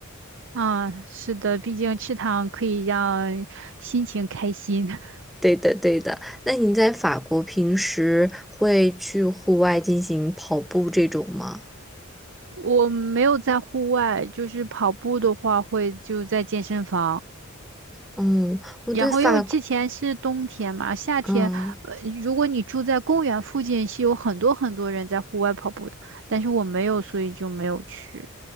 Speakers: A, on the right (about 60°); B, in the centre.
A: 啊，是的，毕竟吃糖可以让心情开心。<laughs>
B: 对的，对的。那你在法国平时会去户外进行跑步这种吗？
A: 我没有在户外，就是跑步的话会就在健身房。
B: 嗯，我对法国
A: 然后因为之前是冬天嘛，夏天，
B: 嗯，
A: 呃，如果你住在公园附近，是有很多很多人在户外跑步的，但是我没有，所以就没有去。